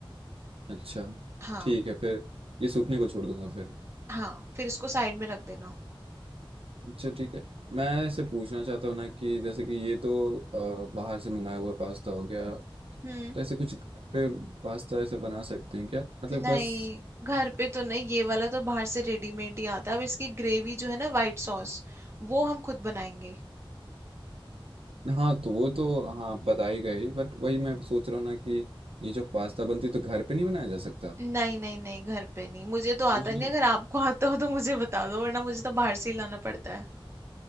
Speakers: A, on the right; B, on the right.
A: अच्छा
B: हाँ
A: ठीक है फिर ये सूखने को छोड़ दूंगा फिर
B: हाँ फिर इसको साइड में रख देना
A: अच्छा ठीक है मैं इसे पूछना चाहता हूँ ना कि जैसे कि ये तो अ, बाहर से मंगाया हुआ पास्ता हो गया
B: हम्म
A: तो ऐसे कुछ घर पे पास्ता ऐसे बना सकते हैं क्या मतलब
B: नहीं
A: बस
B: घर पे तो नहीं ये वाला तो बाहर से रेडीमेड ही आता है अब इसकी ग्रेवी जो है ना वाइट सॉस वो हम खुद बनाएंगे
A: हाँ तो वो तो हाँ आप बता ही गए बट वही मैं सोच रहा हूँ ना कि ये जो पास्ता बनती है, तो घर पे नहीं बनाया जा सकता तो
B: नहीं नहीं नहीं घर पे नहीं मुझे तो आता
A: कुछ नहीं
B: नहीं अगर आपको आता हो तो मुझे बता दो वरना मुझे तो बाहर से ही लाना पड़ता है